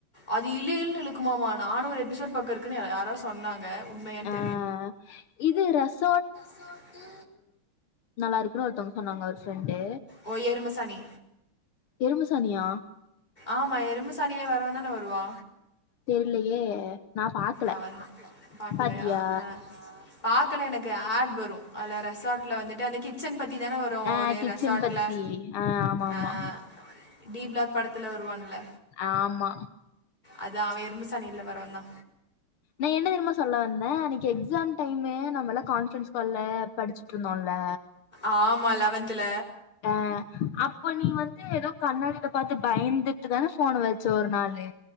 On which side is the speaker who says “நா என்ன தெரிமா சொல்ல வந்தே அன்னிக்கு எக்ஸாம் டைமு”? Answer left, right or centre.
Left